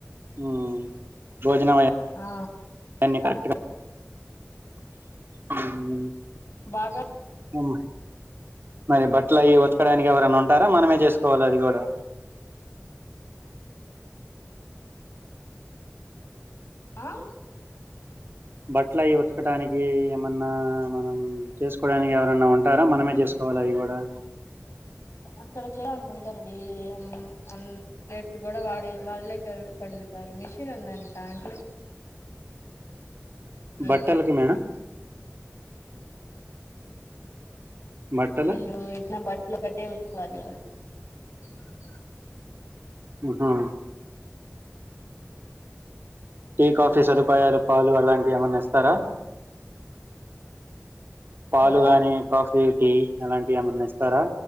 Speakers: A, on the right; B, on the left.
A: హ్మ్ భోజనం అయ
B: ఆ
A: దాన్ని కరెక్ట్ గా హ్మ్
B: బాగా
A: హ్మ్ మరి బట్టల అయి ఉతకడానికి ఎవరైనా ఉంటారా మనమే చేసుకోవాల అది కూడా
B: ఆ
A: బట్టలు అయి ఉతకటడానికి ఏమన్నా మనం చేసుకోడానికి ఎవరన్నా ఉంటారా మనమే చేసుకో కోవాల అవి కూడా
B: అక్కడ చేయడానికుంటారండి అన్ ప్లేట్లు కూడా వాడే వాళ్లే క కడుగుతారు మిషన్ ఉందంటా అంట్లు
A: బట్టలకి
B: క్యాన్
A: మేడం బట్టలు
B: ఈళు ఇట్లా బట్టలు ఒకట్టే ఉతుక్కోవాలి ఆళ్ళు అ
A: ఊహూ టీ కాఫీ సదుపాయాలు పాలు అలాంటివి ఏమన్నా ఇస్తారా
B: హలో
A: పాలు గాని కాఫీ టీ అలాంటివి ఏమన్నా ఇస్తారా